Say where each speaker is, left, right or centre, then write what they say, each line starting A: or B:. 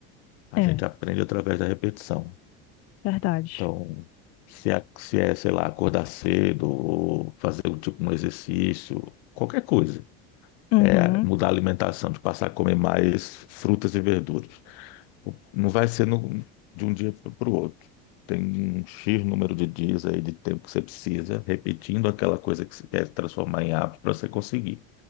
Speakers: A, on the left; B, on the left.
A: A
B: É,
A: gente aprende através da repetição.
B: verdade.
A: Então, se é, se é, sei lá, acordar cedo, ou fazer um tipo um exercício, qualquer coisa.
B: Uhum,
A: é, mudar a alimentação, de passar a comer mais frutas e verduras. Não vai ser no- de um dia para o outro. Tem um X número de dias aí de tempo que você precisa, repetindo aquela coisa que você quer transformar em hábito para você conseguir.